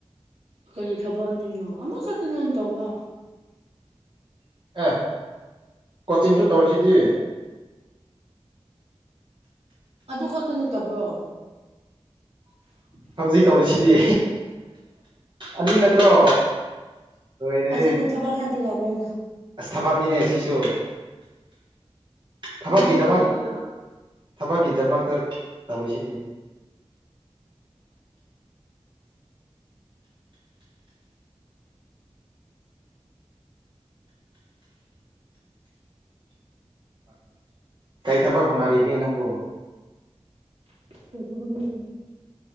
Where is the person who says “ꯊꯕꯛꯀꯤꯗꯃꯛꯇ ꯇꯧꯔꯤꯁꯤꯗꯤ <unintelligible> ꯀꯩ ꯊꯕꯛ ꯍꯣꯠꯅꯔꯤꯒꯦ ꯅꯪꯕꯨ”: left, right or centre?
Right